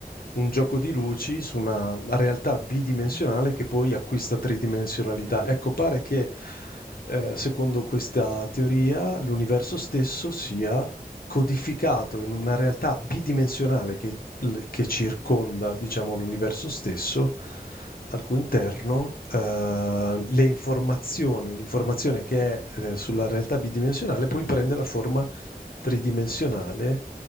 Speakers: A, on the left (about 65°); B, on the right (about 55°).
A: un gioco di luci su una realtà bidimensionale
B: Mh-mh.
A: che poi acquista tridimensionalità.
B: Mh-mh.
A: Ecco, pare che eh, secondo questa teoria, l'universo stesso sia codificato in una realtà bidimensionale che, che circonda, diciamo, l'universo stesso,
B: Ah-ah.
A: al cui interno eh, le informazioni, l'informazione che è eh, sulla realtà bidimensionale poi prende la forma tridimensionale